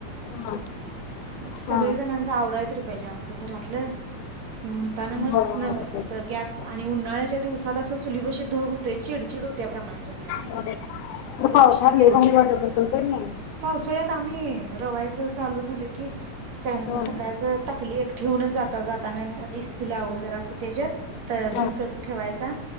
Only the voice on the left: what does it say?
हा
हा
बरोबर
आहे
बरोबर
पावसात
लय भारी वाटत असेल का नाही
हा
हा